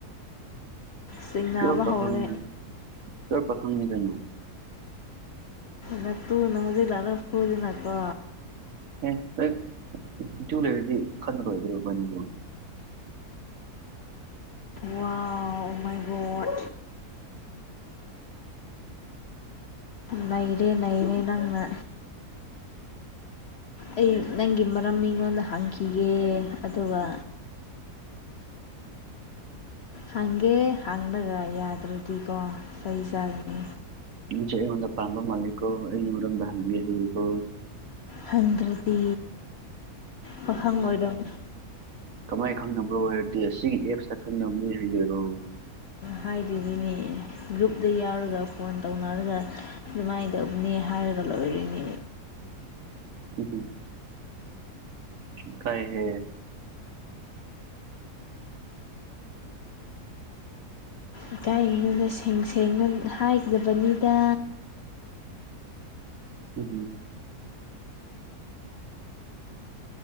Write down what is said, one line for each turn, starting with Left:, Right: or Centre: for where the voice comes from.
Left: ꯆꯤꯡꯅꯕ
Right: ꯄꯤꯌꯣꯔ ꯄꯥꯈꯪꯅꯤ
Left: ꯍꯧꯔꯦ
Right: ꯄꯤꯌꯣꯔ ꯄꯥꯈꯪꯅꯦ ꯀꯩꯅꯣ
Left: ꯅꯇꯨꯅ ꯍꯧꯖꯤꯛ ꯂꯥꯛꯂꯒ ꯐꯨꯗꯅꯀꯣ
Right: ꯑꯦ ꯍꯦꯛ ꯏꯇꯨ ꯂꯩꯔꯗꯤ ꯈꯠꯅꯔꯣꯢꯗ꯭ꯔꯣ ꯏꯕꯥꯟꯅꯤꯕꯨ
Left: ꯋꯥꯎ ꯑꯣ ꯃꯥꯏ ꯒꯣꯠ ꯅꯩꯔꯦ ꯅꯩꯔꯦ ꯅꯪꯅ ꯑꯩ ꯅꯪꯒꯤ ꯃꯔꯝ ꯃꯤꯉꯣꯟꯗ ꯍꯪꯈꯤꯒꯦ ꯑꯗꯨꯒ ꯍꯪꯒꯦ ꯍꯪꯂꯒ ꯌꯥꯗ꯭ꯔꯗꯤꯀꯣ ꯆꯩ ꯆꯥꯖꯅꯤ
Right: ꯅꯪꯁꯦ ꯑꯩꯉꯣꯟꯗ ꯄꯥꯝꯕ ꯃꯥꯂꯦꯀꯣ ꯑꯩꯒꯤ ꯃꯔꯝꯗ ꯍꯪꯒꯦ ꯍꯥꯏꯌꯦꯀꯣ
Left: ꯍꯪꯗ꯭ꯔꯗꯤ ꯄꯥꯈꯪ ꯑꯣꯏꯔꯝ
Right: ꯀꯃꯥꯏꯅ ꯈꯪꯅꯕ꯭ꯔꯣ ꯍꯥꯏꯔꯗꯤ ꯑꯁꯤꯒꯤ ꯑꯦꯞꯁꯇ ꯈꯪꯅꯕꯅꯦ ꯍꯥꯏꯖꯤꯜꯂꯣ
Left: ꯍꯥꯏꯗꯣꯢꯅꯤꯅꯦ ꯒ꯭ꯔꯨꯞꯗ ꯌꯥꯎꯔꯒ ꯐꯣꯟ ꯇꯧꯅꯔꯒ ꯑꯗꯨꯃꯥꯏꯅꯇꯨꯕꯅꯦ ꯍ ꯍꯥꯏꯔꯒ ꯂꯣꯏꯔꯦꯅꯦ
Right: <inaudible> ꯎꯍꯨꯝ ꯏꯀꯥꯏ ꯍꯦ
Left: ꯏꯀꯥꯌꯦ ꯑꯩꯉꯣꯟꯗ ꯁꯦꯡ ꯁꯦꯡꯅ ꯍꯥꯏꯒ꯭ꯔꯕꯅꯤꯗ
Right: ꯎꯝ